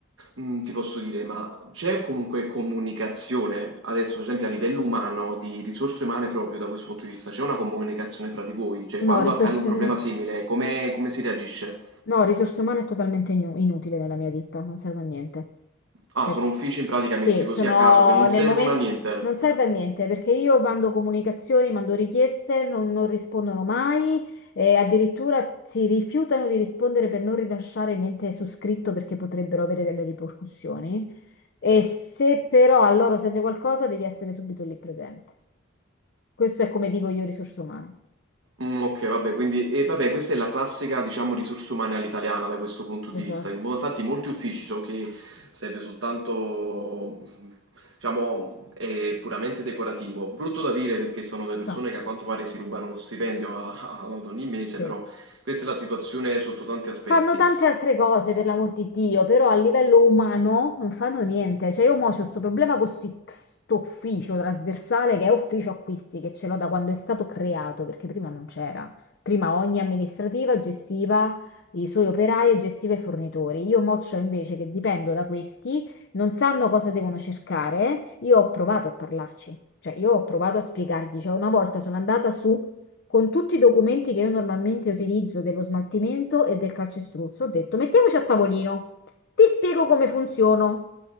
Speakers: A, on the right (about 85°); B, on the left (about 60°).
A: mm, ti posso dire, ma c'è comunque comunicazione, adesso per esempio a livello umano, di risorse umane proprio da questo punto di vista, c'è una comunicazione fra di voi, cioè
B: No,
A: quando
B: risorse...
A: accade un problema simile, come, come si reagisce?
B: No, risorse umane è totalmente inu- inutile nella mia ditta, non serve a niente.
A: Ah,
B: Cioè,
A: sono uffici in pratica
B: sì,
A: messi così
B: sono
A: a caso che non servono
B: nel momento...
A: a niente.
B: Non serve a niente perché io mando comunicazioni, mando richieste, non, non rispondono mai e addirittura si rifiutano di rispondere per non rilasciare niente su scritto perché potrebbero avere delle ripercussioni. E se però a loro serve qualcosa, devi essere subito lì presente. Questo è come vivo io risorse umane.
A: Mm, ok, vabbè, quindi e vabbè, questa è la classica, diciamo, risorse umane all'italiana da questo punto di
B: Esatto.
A: vista. In- Infatti, molti uffici so che serve soltanto, diciamo, è puramente decorativo. Brutto da dire perché sono delle persone
B: No,
A: che a quanto pare si rubano lo stipendio a- a- ad ogni mese,
B: sì.
A: però questa è la situazione sotto tanti aspetti.
B: Fanno tante altre cose, per l'amor di Dio, però a livello umano non fanno niente. Cioè, io mo c'ho questo problema con questo ufficio trasversale che è ufficio acquisti, che ce l'ho da quando è stato creato, perché prima non c'era. Prima ogni amministrativa gestiva i suoi operai e gestiva i fornitori. Io mo c'ho invece che dipendo da questi, non sanno cosa devono cercare. Io ho provato a parlarci, cioè io ho provato a spiegargli. Cioè, una volta sono andata su con tutti i documenti che io normalmente utilizzo dello smaltimento e del calcestruzzo, ho detto mettiamoci a tavolino, ti spiego come funziono,